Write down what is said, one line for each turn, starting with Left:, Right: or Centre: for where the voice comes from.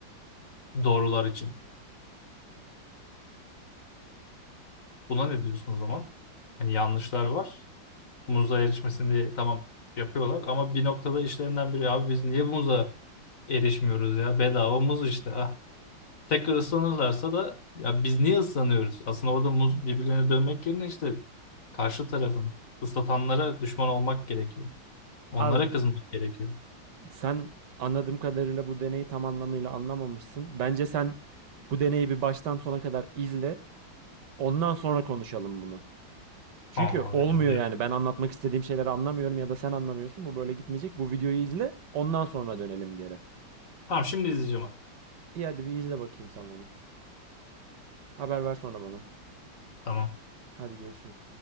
Left: doğrular için. Buna ne diyorsun o zaman? Hani yanlışlar var. muza erişmesini diye tamam yapıyorlar ama bir noktada işlerinden biri abi biz niye muza erişmiyoruz ya bedava muz işte ah. Tekrar ıslanırlarsa da ya biz niye ıslanıyoruz? Aslında orada muz birbirlerine dönmek yerine işte karşı tarafın ıslatanlara düşman olmak gerekiyor. Onlara
Right: abi
Left: kızmak gerekiyor.
Right: sen anladığım kadarıyla bu deneyi tam anlamıyla anlamamışsın. Bence sen bu deneyi bir baştan sona kadar izle. Ondan sonra konuşalım bunu. Çünkü
Left: Ha, abi
Right: olmuyor
Left: izliyorum.
Right: yani. Ben anlatmak istediğim şeyleri anlamıyorum ya da sen anlamıyorsun. Bu böyle gitmeyecek. Bu videoyu izle. Ondan sonra dönelim geri.
Left: Tamam şimdi izleyeceğim abi.
Right: İyi hadi bir izle bakayım sen bunu. Haber ver sonra bana.
Left: Tamam.
Right: Hadi görüşürüz.